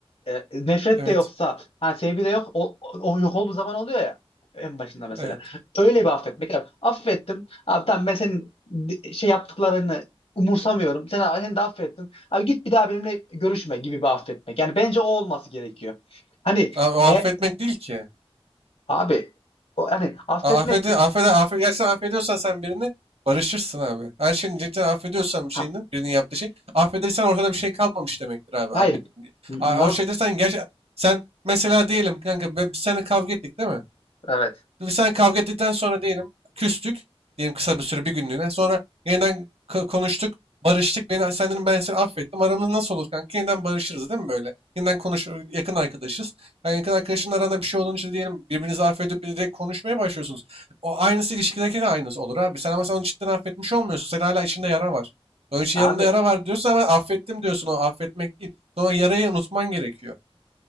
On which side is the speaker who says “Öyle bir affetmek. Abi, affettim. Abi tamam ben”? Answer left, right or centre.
Left